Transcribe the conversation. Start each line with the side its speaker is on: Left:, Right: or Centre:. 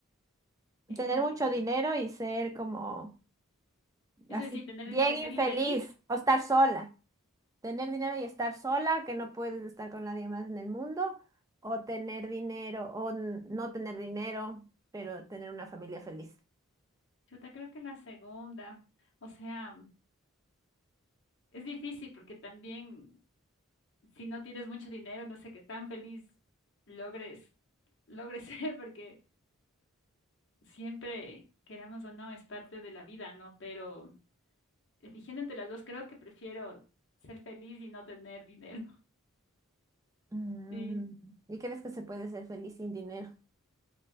Left: em,
Right: Tener mucho dinero y ser como
Left: Es
Right: así
Left: decir, tener
Right: bien
Left: dinero y ser
Right: infeliz
Left: infeliz.
Right: o estar sola. Tener dinero y estar sola, que no puedes estar con nadie más en el mundo, o tener dinero o n- no tener dinero, pero tener una familia feliz.
Left: Chuta, creo que la segunda. O sea, es difícil porque también si no tienes mucho dinero, no sé qué tan feliz logres, logres <laughs> ser, porque siempre, queramos o no, es parte de la vida, ¿no? Pero eligiendo entre las dos, creo que prefiero ser feliz y no tener dinero. <laughs>
Right: Mm,
Left: Sí.
Right: ¿Y crees que se puede ser feliz sin dinero?